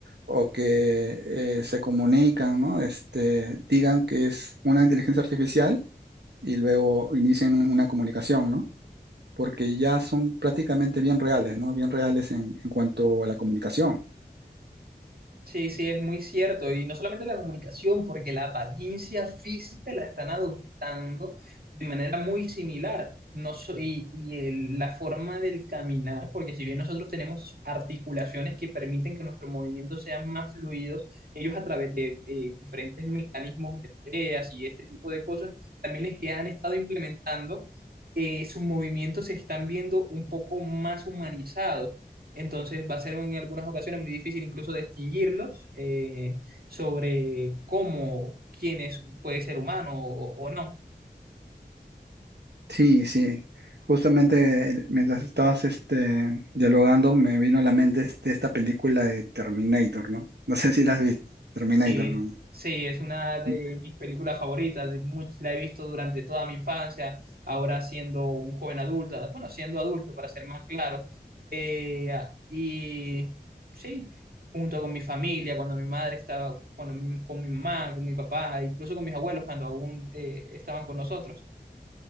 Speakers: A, on the right; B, on the right.
A: o que eh, se comunican, ¿no? Este, digan que es una inteligencia artificial y luego inician una comunicación, ¿no? Porque ya son prácticamente bien reales, ¿no? Bien reales en, en cuanto a la comunicación.
B: Sí, sí, es muy cierto. Y no solamente la comunicación, porque la apariencia física la están adoptando de manera muy similar. No so- y y el- la forma del caminar, porque si bien nosotros tenemos articulaciones que permiten que nuestros movimientos sean más fluidos, ellos a través de eh, diferentes mecanismos de poleas y este tipo de cosas, también es que han estado implementando, eh, sus movimientos se están viendo un poco más humanizados. Entonces va a ser en algunas ocasiones muy difícil incluso distinguirlos eh, sobre cómo, quién es, puede ser humano o, o no.
A: Sí, sí. Justamente eh, mientras estabas este, dialogando, me vino a la mente este- esta película de Terminator, ¿no? No sé si la has visto, Terminator.
B: Eh,
A: ¿no?
B: sí, es una de
A: Mm.
B: mis películas favoritas, de much- la he visto durante toda mi infancia, ahora siendo un joven adulto, bueno, siendo adulto para ser más claro. Eh, y sí, junto con mi familia, cuando mi madre estaba, cuando mi- con mi mamá, con mi papá, incluso con mis abuelos cuando aún eh, estaban con nosotros,